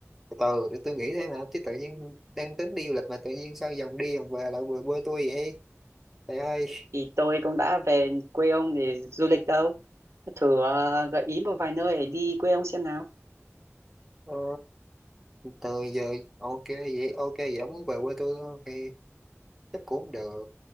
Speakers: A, in the centre; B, on the right.
A: từ từ để tôi nghĩ thêm mà chứ tự nhiên đang tính đi du lịch mà tự nhiên sao dần đi dần về lại về quê tôi vậy trời ơi
B: Thì tôi cũng đã về quê ông để du lịch đâu. thử ờ, gợi ý một vài nơi để đi quê ông xem nào
A: ờ, từ giờ ok vậy ok vậy ông muốn về quê tôi không? thì chắc cũng được